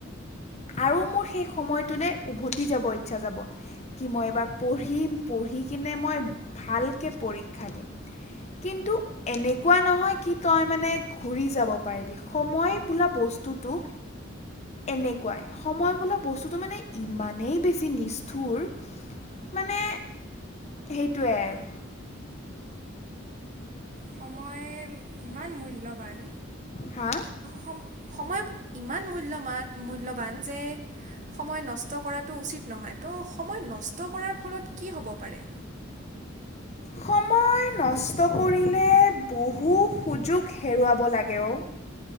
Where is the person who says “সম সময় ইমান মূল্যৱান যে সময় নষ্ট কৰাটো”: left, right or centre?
Right